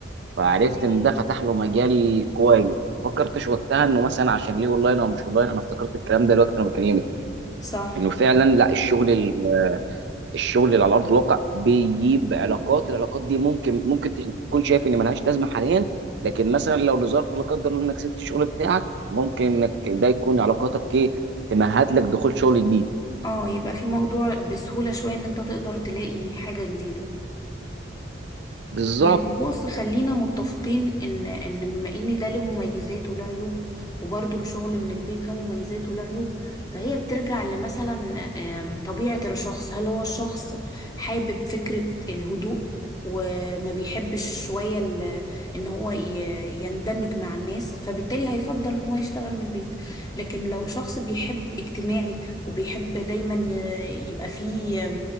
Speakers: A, on the right (about 60°); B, on the left (about 20°).
A: فعرفت
B: إيه،
A: ان ده فتح له مجال كويس ما فكرتش وقتها انه مثلا عشان ليه اونلاين او مش اونلاين انا افتكرت الكلام ده دلوقتي انا بكلمك
B: صح
A: انه فعلا لا الشغل ال- الشغل اللي على ارض الواقع بيجيب علاقات العلاقات دي ممكن ممكن تكون شايف ان ملهاش لازمه حاليا لكن مثلا لو لظرف لا قدر الله انك سبت الشغل بتاعك ممكن انك ده يكون علاقاتك ايه تمهد لك دخول شغل جديد
B: اه يبقى في موضوع بسهولة شوية ان انت تقدر تلاقي حاجة جديدة
A: بالظبط
B: يعني بص خلينا متفقين ان ان بما ان ده له مميزات وله عيوب وبرضه الشغل من البيت له مميزات وله عيوب فهي بترجع لمثلا آم، طبيعة الشخص هل هو الشخص حابب فكرة الهدوء وما بيحبش شوية ال- ان هو ي- يندمج مع الناس فبالتالي هيفضل ان هو يشتغل من البيت لكن لو شخص بيحب اجتماعي وبيحب دايما ي- يبقى فيه